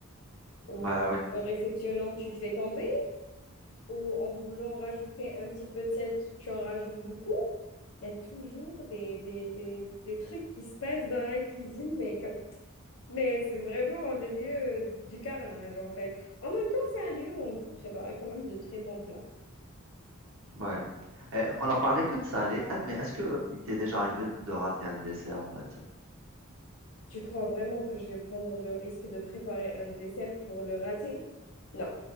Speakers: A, on the left (about 70°); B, on the right (about 65°).
A: ou
B: Bah ouais,
A: en le réceptionnant, tu le fais tomber. ou en voulant rajouter un petit peu de sel, tu en rajoutes beaucoup. Il y a toujours des, des, des, des trucs qui se passent dans la cuisine, mais, comme- mais c'est vraiment le lieu euh, du carnage en fait. En même temps, c'est un lieu où on peut préparer quand même de très bons plats.
B: ouais. Eh, on en parlait que de salé, Ah, mais est-ce que il t'est déjà arrivé de rater un dessert, on va dire?
A: Tu crois vraiment que je vais prendre le risque de préparer un dessert pour le rater? Non.